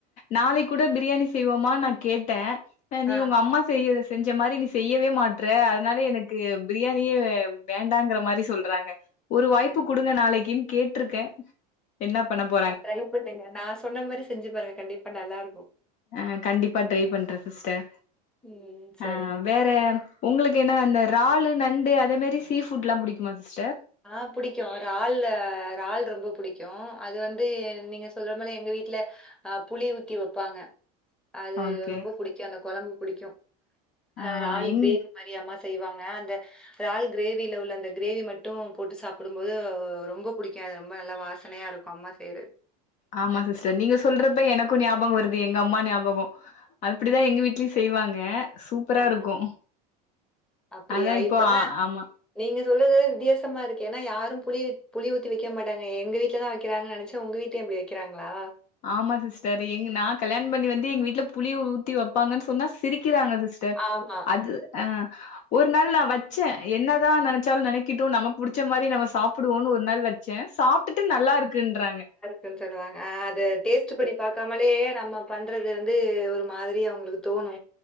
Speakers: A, on the left; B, in the centre.
A: நாளைக்கூட பிரியாணி செய்வோமான் நா கேட்டே அ நீ
B: ஆ
A: ஒங்கம்மா செய்யிற செஞ்ச மாரி நீ செய்யவே மாட்ற அதுனால எனக்கு பிரியாணியே வேண்டாங்குற மாரி சொல்றாங்க ஒரு வாய்ப்பு
B: ஐயோ!
A: குடுங்க நாளக்கின் கேட்ருகே என்ன பண்ணப்போ
B: ஆ ட்ரை பண்ணுங்க நா சொன்ன மாரி செஞ்சு பாருங்க கண்டிப்பா நல்லாருக்கு
A: அ கண்டிப்பா ட்ரைப்பண்றன் சிஸ்டர்
B: ம் சரிங்க
A: அ வேற உங்களுக்கு என்ன அந்த றாலு நண்டு அதே மாரி சீ ஃபுட்லா புடிக்குமா சிஸ்டர்
B: அ புடிக்கு றால் றால் ரொம்ப புடிக்கும் அது வந்து நீங்க சொல்ற போல எங்க வீட்ல அ புளி ஊத்தி வப்பாங்க அது
A: ஓகே.
B: ரொம்ப புடிக்கு அந்த கொழம்பு புடிக்கும்
A: ஆ
B: அ றால்
A: எங்
B: க்ரே மெரி அம்மா செய்வாங்க அந்த றால் க்ரேவில உள்ள அந்த க்ரேவி மட் டும் போட்டு சாப்புடும் போது ரொம்ப புடிக்கு அது ரொம்ப நல்லா வாசனயாருக்கும் அம்மா செய்றது
A: ஆமா சிஸ்டர் நீங்க சொல்றப்ப எனக்கு ஞாபகம் வருது எங்கம்மா ஞாபகோ அப்டிதா எங்க வீட்லியு செய்வாங்க சூப்பராருக்கு
B: ஆ அப்படியா?
A: அதா இப்போ
B: இப்பலாம்
A: அ ஆமா
B: நீங்க சொல்றது வித்தியாசமாருக்கு எனா யாரும் புளி புளி ஊத்தி வெக்க மாட்டாங்க எங்க வீட்லதா வெக்கிறாங்க நெனச்ச உங்க வீட் லயு அப்டி வக்கிறாங்ளா
A: ஆமா சிஸ்டர் எங் நா கல்யாண பண்ணி வந்து எங்க வீட்ல புளிய ஊத்தி வப்பாங்கன் சொன்னா சிரிக்கிறாங்க சிஸ் டர்
B: ஆமா.
A: அது அ ஒரு நாள் நா வச்சே என்னதா நெனச்சாலு நெனக்கிட்டு நமக் புடிச்ச மாரி நம்ம சாப்புடுவோன் ஒரு நாள் வச் சன் சாப்ட்டுட்டு நல்லாருக்குன்றாங்க
B: சொல் சொல்லுவாங்க ஆ அது டேஸ்ட்டு பண்ணி பாக் கமலே நம்ம பண்றது வந்து ஒரு மாதிரி அவுங்களுக்கு தோணு